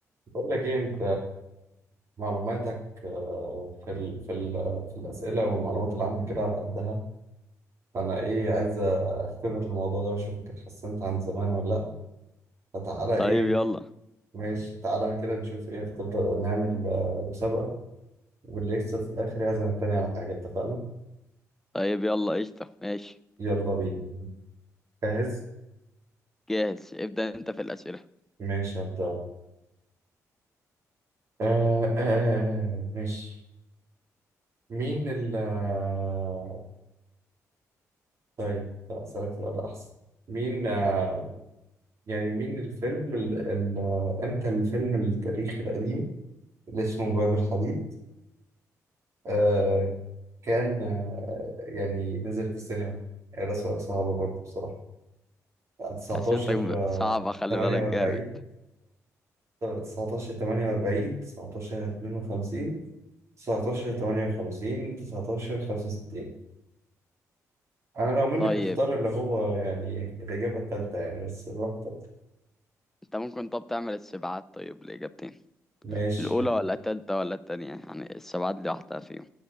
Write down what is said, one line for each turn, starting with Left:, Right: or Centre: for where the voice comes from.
Right: بقول لك ايه انت معلوماتك آه، في ال في ال في الاسئله والمعلومات العامه كده على قدها فانا ايه عايز اختبر الموضوع ده واشوفك اتحسنت عن زمان ولا لا فتعالى ايه
Centre: طيب يلا
Right: ماشي تعالى كده نشوف ايه اختبر نعمل آه، مسابقه واللي يكسب في الاخر يعزم التاني على حاجه اتفقنا
Centre: طيب يلا قشطة ماشي
Right: يلا بينا جاهز
Centre: جاهز ابدأ انت في الأسئلة
Right: ماشي هبدأ آه آه آه، ماشي مين ال آه، طيب لا اسالك سؤال احسن مين آه، يعني مين الفيلم ال... ال... امتى الفيلم التاريخي القديم اللي اسمه باب الحديد آه كان آه يعني نزل في السينما يعني ده سؤال صعب برضه بصراحة 19
Centre: أسئلتك
Right: آه
Centre: صعبة خلي
Right: 48
Centre: بالك جامد
Right: 19 48 19 52 19 58 19 65 <laughs> أنا لو منك
Centre: طيب
Right: أختار اللي هو يعني الإجابة التالتة يعني بس براحتك
Centre: انت ممكن طب تعمل السبعات طيب لإجابتين
Right: ماشي
Centre: الأولى ولا التالتة ولا التانية يعني السبعات دي واحدة فيهم